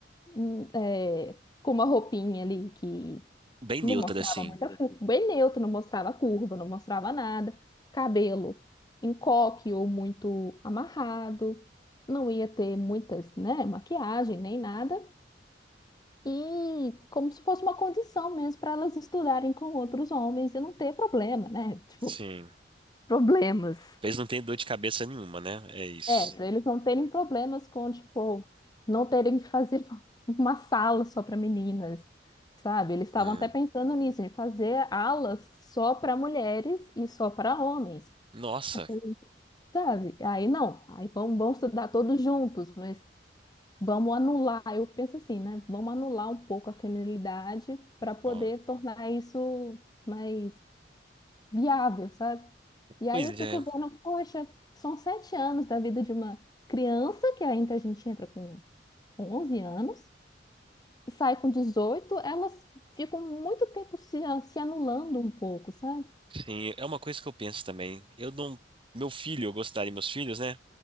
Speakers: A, on the left (about 20°); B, on the right (about 30°).
A: hum, é, com uma roupinha ali que
B: bem neutra
A: Não mostrava
B: assim.
A: muita curva, bem neutro, não mostrava curva, não mostrava nada. Cabelo em coque ou muito amarrado, não ia ter muitas, né, maquiagem nem nada. E como se fosse uma condição mesmo para elas estudarem com outros homens e não ter problema, né? <laughs> Tipo,
B: Sim.
A: problemas.
B: Eles não têm dor de cabeça nenhuma, né? É isso.
A: É, para eles não terem problemas com, tipo, não terem que fazer <laughs> uma sala só para meninas, sabe? Eles estavam
B: Hum.
A: até pensando nisso, de fazer alas só para mulheres e só para homens.
B: Nossa.
A: Eu falei, sabe? Aí não, aí vamos, vamos estudar todos juntos, mas vamos anular. Eu penso assim, né? Vamos anular um pouco a feminilidade para poder
B: Bom.
A: tornar isso mais viável, sabe? E aí
B: Pois
A: eu fico
B: é.
A: vendo, poxa, são sete anos da vida de uma criança, que ainda a gente entra com, com 11 anos, e sai com 18, elas ficam muito tempo se, se anulando um pouco, sabe?
B: Sim, é uma coisa que eu penso também. Eu não. Meu filho, eu gostaria, meus filhos, né?